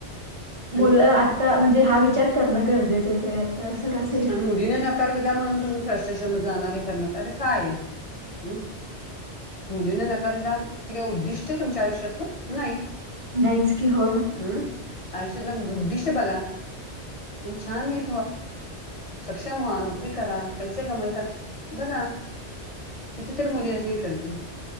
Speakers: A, on the left; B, on the right.
A: आणि
B: मुलं आ आता म्हणजे हा विचार करणं गरजेचंचे आता सरास.
A: आणि मुलीने नकार दिला म्हणून तुम्ही फ्रस्ट्रेशन मधे जाणार. हे करणार. अरे काय हे? हम्म. मुलीने नकार दिला. ते काय उद्दिष्टय तुमच्या आयुष्यातलं? नाही.
B: नाहीच की. होय.
A: हम्मं आयुष्यांतला उद्दिष्टं बघां तुम्हीं छान हे सक्षंम व्हां नोकरी करां पैसे कमांई करां बघां किती तरी मुली असे हे करतील